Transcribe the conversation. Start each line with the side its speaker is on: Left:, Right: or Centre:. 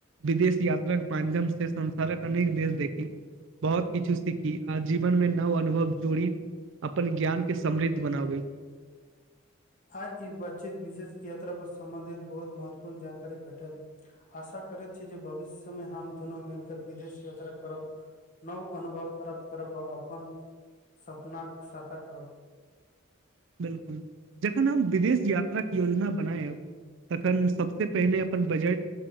Right: विदेश याता केँ माध्यम से संसार कऽ अनेक देश देखी बहुत किछु सीखी आ जीवन में नव अनुभव जोड़ी अपन ज्ञान केँ समृद्ध बनाबै
Left: आ ई बातचीत विशेष याता पर सम्बंधित बहुत महत्वपूर्ण जानकारी भेटल आशा करैत छी जे भविष्य में हम दुनू मिलकर विदेश यात्रा करब नव अनुभव प्राप्त करब आ अपन सपना कऽ सकार करब
Right: बिल्कुल जखन हम विदेश यात्रा कऽ योजना बनायब तखन सबसे पहिने अपन बजट